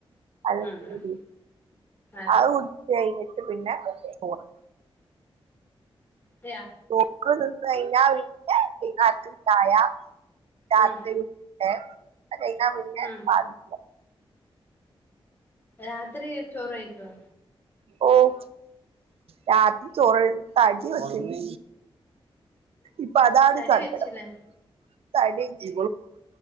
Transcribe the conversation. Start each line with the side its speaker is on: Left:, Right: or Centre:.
Right: അല്ലെങ്കിൽ
Left: ഉം ഉം ഉം
Right: <unintelligible>
Left: ആഹ്
Right: അത് കുടിച്ച് കഴിഞ്ഞിട്ട് പിന്നെ ചോറ്
Left: അതെയോ
Right: നോക്ക് തിന്ന് കഴിഞ്ഞാ പിന്നെ വൈന്നാരത്തിന് ചായ രാത്രി
Left: ഉം
Right: ന്നെ അത് കഴിഞ്ഞ പിന്നെ
Left: ഉം
Right: <unintelligible>
Left: രാത്രി ചോറ് കഴിക്കോ
Right: ഓഹ് രാത്രി ചോറ് ഒഴിവ തടി വെക്ക്ണ്ട്. ഇപ്പ അതാണ്
Left: തടി
Right: സങ്കടം
Left: വെച്ചില്ലേ
Right: തടിച്ച്